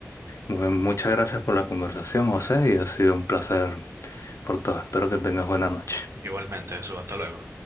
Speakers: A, on the left; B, on the right.
A: Mu- Muchas gracias por la conversación, José, y ha sido un placer por todo. Espero que tengas buena noche.
B: Igualmente, eso, hasta luego.